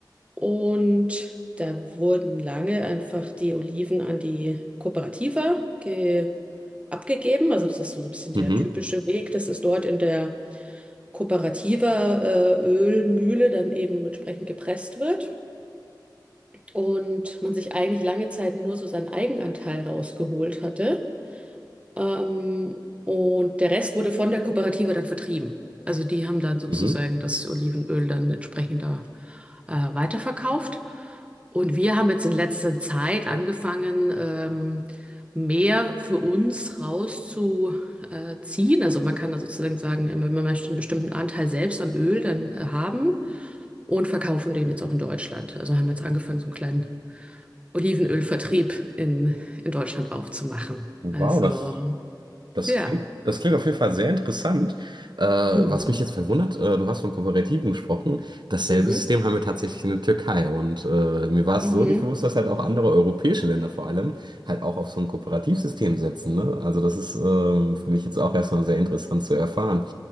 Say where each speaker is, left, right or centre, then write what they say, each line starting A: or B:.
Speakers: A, on the right (about 15°); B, on the right (about 70°).
A: Und da wurden lange einfach die Oliven an die Kooperativa ge abgegeben. Also das ist so so ein bisschen
B: Mhm.
A: der typische Weg. Das ist dort in der Kooperativa äh, Ölmühle dann eben entsprechend gepresst wird. Und man sich eigentlich lange Zeit nur so seinen Eigenanteil rausgeholt hatte. Ähm, und der Rest wurde von der Kooperative dann vertrieben. Also die haben dann sozusagen
B: Mhm.
A: das Olivenöl dann entsprechend da äh, weiterverkauft. Und wir haben jetzt in letzter Zeit angefangen, ähm, mehr für uns rauszuziehen. Also man kann da sozusagen sagen, wenn man möchte, einen bestimmten Anteil selbst an Öl dann äh, haben und verkaufen den jetzt auch in Deutschland. Also haben wir jetzt angefangen, so einen kleinen Olivenölvertrieb in, in Deutschland aufzumachen.
B: Wow,
A: Also
B: das. Das
A: ja.
B: klingt, das klingt auf jeden Fall sehr interessant. Äh, was
A: Mhm.
B: mich jetzt verwundert, äh, du hast von Kooperativen gesprochen. Dasselbe
A: Mhm.
B: System haben wir tatsächlich in der Türkei. Und äh, mir war es
A: Mhm.
B: so nicht bewusst, dass halt auch andere europäische Länder vor allem halt auch auf so ein Kooperativsystem setzen. Ne? Also das ist ähm, für mich jetzt auch erstmal sehr interessant zu erfahren.